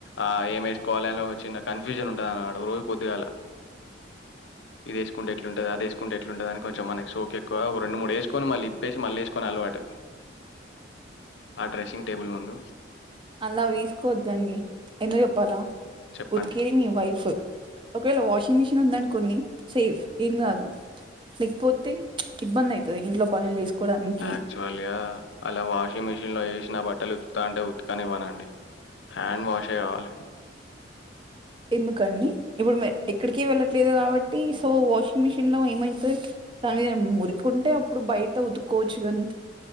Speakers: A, on the left; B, on the right.
A: ఆ ఏమేసుకోవాలి అని ఒక చిన్న కన్ఫ్యూజన్ ఉంటది అన్నమాట రోజు పొద్దుగాలా ఇదేసుకుంటే ఎట్లుంటుది, అదేసుకుంటే ఎట్లుంటది అని కొంచెం మనకి సోకు ఎక్కువ. ఓ రెండు మూడు యేసుకొని మళ్ళీ ఇప్పేసి, మళ్ళీ యేసుకుని అలవాటు ఆ డ్రెస్సింగ్ టేబుల్ ముందు.
B: అలా వేసుకోవద్దండి ఎందుకు చెప్పాలా
A: చెప్పండి
B: ఉతికేది మీ వైఫు ఒకవేళ వాషింగ్ మిషిన్ ఉందనుకొండి, సేఫ్ ఏం కాదు. లేకపోతే ఇబ్బంది అయితది ఇంట్లో పనులు చేసుకోవడానికి
A: యాక్చువల్గా అలా వాషింగ్ మిషన్ లో యేసిన బట్టలు ఉతుకుతా అంటే ఉతుకనివ్వనండి హ్యాండ్ వాషే కావాలి
B: ఎందుకండి ఇప్పుడు ఎక్కడికి వెళ్ళట్లేదు కాబట్టి సో వాషింగ్ మిషిన్ లో ఏమైతది <unintelligible> మురికుంటే అప్పుడు బయట ఉతుక్కోవొచ్చు గాని